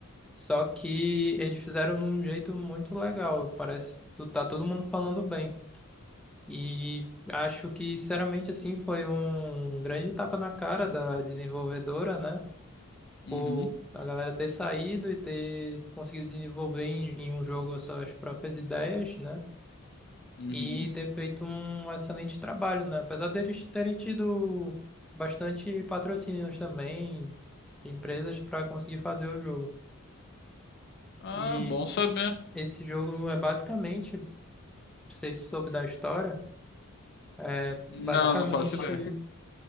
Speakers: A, in the centre; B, on the left (about 50°).
A: Só que eles fizeram de um jeito muito legal. Parece que tá todo mundo falando bem. E acho que, sinceramente, assim, foi um grande tapa na cara da desenvolvedora, né?
B: Uhum,
A: Por a galera ter saído e ter conseguido desenvolver em, em um jogo as suas próprias ideias, né?
B: uhum.
A: E ter feito um excelente trabalho, né? Apesar deles terem tido bastante patrocínios também, de empresas para conseguir fazer o jogo.
B: Ah,
A: E
B: bom saber.
A: Esse jogo é basicamente, não sei se você soube da história, é
B: Não,
A: basicamente
B: não faço ideia.